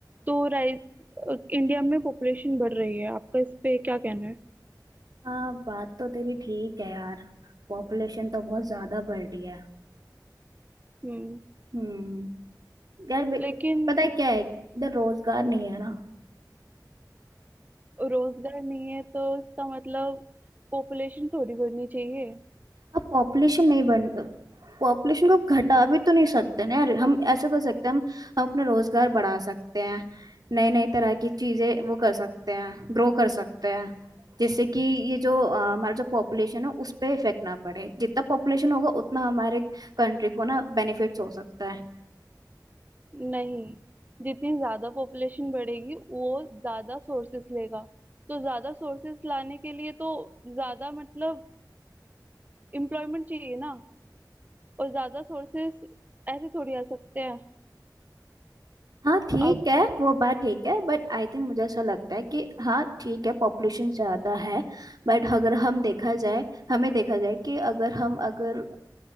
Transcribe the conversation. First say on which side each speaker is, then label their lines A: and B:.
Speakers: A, on the right (about 25°); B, on the right (about 60°).
A: तो rice India में population बढ़ रही है आपका इस पे क्या कहना है
B: हाँ बात तो तेरी ठीक है यार पॉपुलेशन तो बहुत ज्यादा बढ़ रही है
A: हम्म
B: हम्म यार बे-
A: लेकिन
B: पता है क्या है इधर रोजगार नहीं है ना
A: रोजगार नहीं है तो इसका मतलब पॉपुलेशन थोड़ी बढ़नी चाहिए
B: अब पॉपुलेशन नहीं बढ़ पॉपुलेशन को अब घटा भी तो नहीं सकते ना यार हम ऐसा कर सकते हैं हम हम अपना रोजगार बढ़ा सकते हैं नई नई तरह की चीजें वो कर सकते हैं ग्रो कर सकते हैं जिससे कि ये जो अ, हमारा जो पॉपुलेशन है उस पर इफेक्ट ना पड़े जितना पॉपुलेशन होगा उतना हमारे कंट्री को ना बेनिफिट्स हो सकता है
A: नहीं जितनी ज्यादा पॉपुलेशन बढ़ेगी वो ज्यादा सोर्सेस लेगा तो ज्यादा सोर्सेस लाने के लिए तो ज्यादा मतलब एम्प्लॉयमेंट चाहिए ना और ज्यादा सोर्सेस ऐसे थोड़ी आ सकते हैं
B: हाँ ठीक
A: अब
B: है वो बात ठीक है बट आई थिंक मुझे ऐसा लगता है कि हाँ ठीक है पॉपुलेशन ज़्यादा है बट अगर हम देखा जाए हमें देखा जाए कि अगर हम अगर